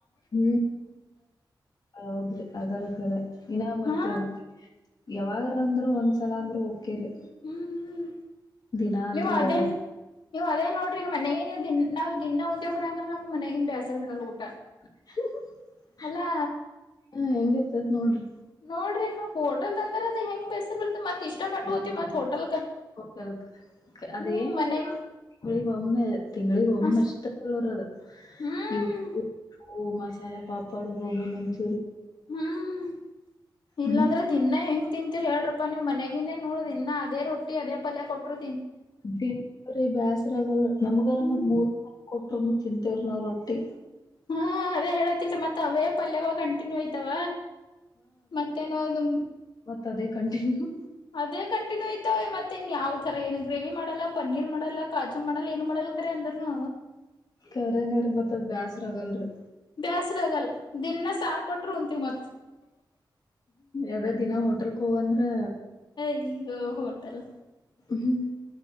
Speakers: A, on the left; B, on the left.
A: ಹ್ಮ್ ಹೌದ್ರಿ ಅದರ ಕರೆ ಇನ್ನ ಮತ್
B: ಹಾ
A: ಯಾವಾಗ್ರ ಅಂದ್ರ ಒಂದ್ಸಲ ಅಂದ್ರೆ ಓಕೆ ರಿ
B: ಹ್ಮ್ ಹ್ಮ್.
A: ದಿನಾ ಅಂದ್ರು
B: ನೀವು
A: ಹೋಗಲ್ಲ
B: ಅದೇ ನೀವು ಅದೇ ನೋಡ್ರಿ ಈ ಮನೇ ದಿನ್ನ ದಿನ್ನಾ <unintelligible> ನಮ್ ಮನಗಿಂದ ಬೇಸರ್ ಬರಲ್ಲ ಊಟ
A: <inaudible>
B: ಅಲ್ಲಾ
A: ಹಾ ಹೆಂಗ್ ಇರ್ತದ್ ನೋಡ್ರಿ
B: ನೋಡ್ರಿ ಹ ಹೋಟೆಲ್ ಅಂದ್ರೆ ಅದ ಹೆಂಗ್ ಬ <unintelligible> ಮತ್
A: <inaudible>
B: ಇಷ್ಟ ಪಟ್ಟ
A: ಇ <unintelligible>
B: ಹೋತಿವಿ ಮತ್ ಹೋಟೆಲ್ಕ ಹ್ಮ್ ಮನೆಗ್ ಅಸ್ ಹ್ಮ್
A: ಓ ಮಸಾಲಾ ಪಾಪಡ್ ಗೋಬಿ ಮಂಚ್
B: ಹ್ಮ್ ಇಲ್ಲಾಂದ್ರೆ
A: ಹ್ಮ್
B: ತಿನ್ನ ಹೆಂಗ ತಿನ್ <unintelligible> ನೀವ್ ಮನೆಗಿಂದ ನೋಡ್ರ ಇನ್ನ ಅದೇ ರೊಟ್ಟಿ ಅದೇ ಪಲ್ಯ ಕೊಟ್ರು
A: ದಿ <unintelligible> ಬ್ಯಾಸ್ರ ಆಗಲ್ ನ ಮ್ಗಾರ
B: ಹ್ಮ್
A: ಮತ್ ಬೋರ್ ಕೊಟರುನು ತಿಂತೇವ್ರ ನಾವು ರೊಟ್ಟಿ
B: ಹಾ ಅದೇ ಹೇಳತಿಲ್ರಿ ಮತ್ತತ್ ಅವೇ ಪಲ್ಯಗಳ ಕಂಟಿನ್ಯೂ ಐತವ ಮತ್ತೇನೋ ಒ
A: ತದೇ ಕಂಟಿನ್ಯೂ.
B: ಅದೇ ಕಂಟಿನ್ಯೂ ಆಯ್ತವ ಮತ್ತೇನ್ ಯಾವ್ ತರ ಏನು ಗ್ರೇವಿ ಮಾಡಲ್ಲ ಪನ್ನೀರ್ ಮಾಡಲ್ಲ ಕಾಜು ಮಾಡಲ್ಲ ಏನು ಮಾಡಲ್. ಕರೆ ಅಂದ್ರನು.
A: ಕರೆನಾರೀ ಮತ್ ಅದ್ ಬ್ಯಾಸರ್ ಆಗಲ್ಲ ರೀ.
B: ಬ್ಯಾಸರ ಆಗಲ್ ದಿನ ಸಾರ್ ಕೊಟ್ರು ಉಂಂತೀವಿ ಮತ್.
A: ಅದೇ ದಿನಾ ಹೋಟೆಲ್ ಕೋ ಅಂದ್ರೆ.
B: ಅಯ್ಯೋ ಹೋಟೆಲ್
A: ಹ್ಮ್